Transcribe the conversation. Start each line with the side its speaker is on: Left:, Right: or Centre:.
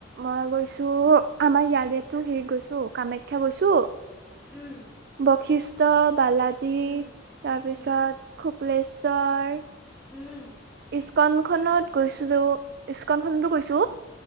Right: মই গৈছো আমাৰ ইয়াৰেতো হেৰি গৈছো কামাখ্যা গৈছো
Centre: উম
Right: বশিষ্ঠ বালাজী
Centre: উম
Right: তাৰপিছত
Centre: উম
Right: শুক্লেশ্বৰ,
Centre: উম
Right: ইস্কন খনত গৈছিলো ইস্কন খনতো গৈছো।